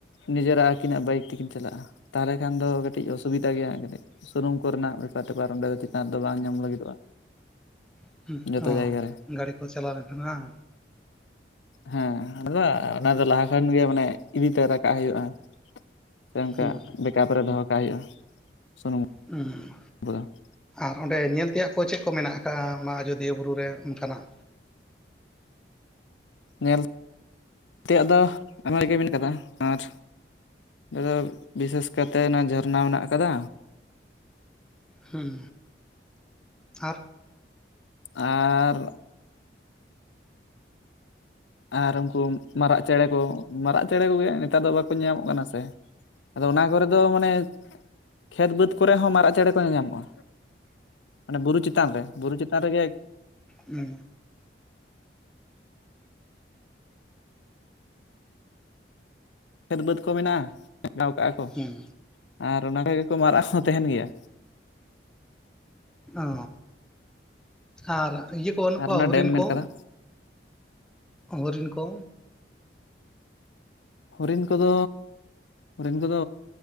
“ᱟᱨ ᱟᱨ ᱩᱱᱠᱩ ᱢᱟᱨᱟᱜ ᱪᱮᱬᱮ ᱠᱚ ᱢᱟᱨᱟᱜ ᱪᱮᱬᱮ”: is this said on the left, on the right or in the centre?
Left